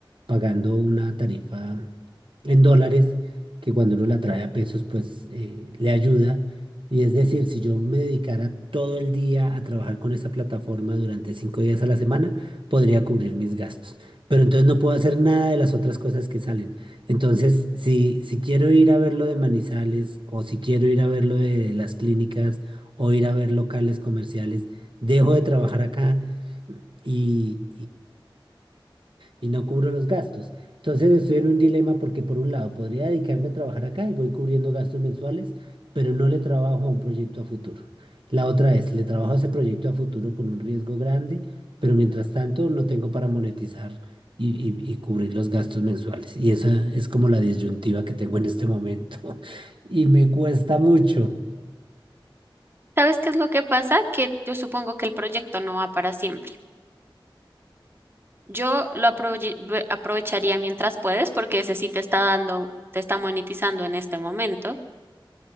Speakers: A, on the right; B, on the right.
A: pagando una tarifa en dólares que cuando uno la trae a pesos pues eh, le ayuda. Y es decir, si yo me dedicara todo el día a trabajar con esa plataforma durante cinco días a la semana, podría cubrir mis gastos. Pero entonces no puedo hacer nada de las otras cosas que salen. Entonces, si, si quiero ir a ver lo de Manizales o si quiero ir a ver lo de las clínicas o ir a ver locales comerciales, dejo de trabajar acá y, y no cubro los gastos. Entonces estoy en un dilema porque por un lado podría dedicarme a trabajar acá y voy cubriendo gastos mensuales, pero no le trabajo a un proyecto a futuro. La otra es, le trabajo a ese proyecto a futuro con un riesgo grande, pero mientras tanto no tengo para monetizar y, y- y cubrir los gastos mensuales. Y esa es como la disyuntiva que tengo en este momento <laughs> y me cuesta mucho.
B: ¿Sabes qué es lo que pasa? Que yo supongo que el proyecto no va para siempre. Yo lo aprovi- ve- aprovecharía mientras puedes porque ese sí te está dando, te está monetizando en este momento.